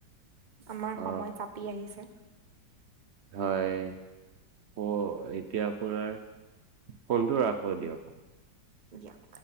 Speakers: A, on the right; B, on the right.
A: আমাৰ
B: অ
A: সময় চাপ পি আহিছে।
B: হয়, অ', এতিয়া আপোনাৰ ফোনটো ৰাখো দিয়ক।
A: দিয়ক।